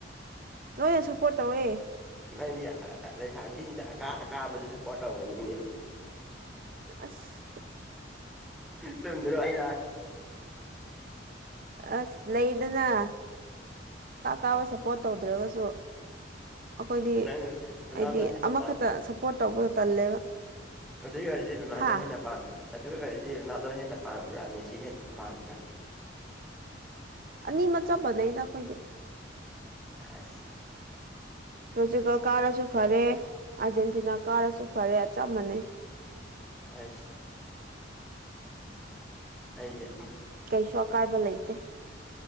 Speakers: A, on the right; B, in the centre.
A: ꯂꯣꯏꯅ ꯁꯞꯄꯣꯔꯠ ꯇꯧꯋꯦ
B: ꯅꯪꯗꯤ ꯂꯩꯁꯥꯕꯤꯁꯤꯡꯗ ꯑꯀꯥ ꯑꯀꯥꯕꯗ ꯁꯞꯄꯣꯔꯠ ꯇꯧꯕꯅꯤꯅꯦ
A: ꯑꯁ
B: ꯇꯟꯗꯔ‍‍ꯥ ꯑꯩ
A: ꯑꯁ ꯂꯩꯗꯅ ꯀꯥ ꯀꯥꯕ ꯁꯞꯄꯣꯔꯠ ꯇꯧꯗ꯭ꯔꯒꯁꯨ ꯑꯩꯈꯣꯏꯗꯤ
B: ꯅꯪ ꯔꯣꯅꯥꯜꯗꯣ
A: ꯍꯥꯏꯗꯤ
B: ꯍꯦꯟꯅ
A: ꯑꯃꯈꯛꯇ ꯁꯞꯄꯣꯔꯠ ꯇꯧꯕꯗ ꯇꯜꯂꯦꯕ
B: ꯑꯗꯨꯏ ꯑꯣꯏꯔꯗꯤ ꯔꯨꯅꯥꯗꯣ
A: ꯍꯥ
B: ꯍꯦꯟꯅ ꯄꯥꯝꯕ꯭ꯔꯥ ꯑꯗꯨ ꯑꯣꯏ ꯑꯣꯏꯔꯗꯤ ꯔꯣꯅꯥꯜꯗꯣ ꯍꯦꯟꯅ ꯄꯥꯝꯕ꯭ꯔꯥ ꯃꯦꯁꯤ ꯍꯦꯟꯅ ꯄꯥꯝꯕ꯭ꯔꯥ
A: ꯑꯅꯤꯃ ꯆꯥꯄꯗꯩꯗ ꯑꯩꯈꯣꯏꯗꯤ
B: ꯑꯁ
A: ꯄ꯭ꯔꯣꯔꯆꯨꯒꯜ ꯀꯥꯔꯁꯨ ꯐꯔꯦ ꯑꯥꯔꯖꯦꯟꯇꯤꯅꯥ ꯀꯥꯔꯁꯨ ꯐꯔꯦ ꯑꯆꯝꯕꯅꯩ
B: ꯑꯁꯦ ꯑꯩꯗ
A: ꯀꯩꯁꯨ ꯑꯀꯥꯏꯕ ꯂꯩꯇꯦ